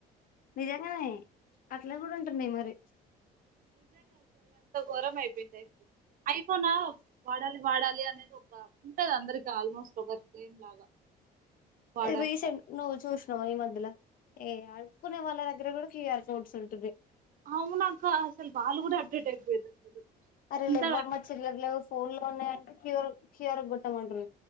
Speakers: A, on the left; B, on the right.
A: నిజంగానే అట్లా కూడా ఉంటున్నాయి మరి
B: ఓరం అయిపోఇంది అయి ఐఫోన్ నా వాడాలి వాడాలి అనేది ఒక ఉంటది అందరికి ఆల్మోస్ట్ ఒక గేమ్ లాగా వాడాలి
A: రీసెంట్
B: కానీ
A: నువో్వు చూసన్నావు ఈ మధ్యలో ఏ అడుక్కునే వాళ్ళ దగ్గర కూడా కిఎయర్పోర్ట్స్ ఉంటుంది
B: అవునా అక్కా అసలు బాలు కూడా అప్డేట్ అయిపోది అసలు
A: అరే
B: ఇంత
A: లెవ్వమ్మ చిల్లర లేవు ఫోన్ లోనేంట క కిూర గ గుటే మండలు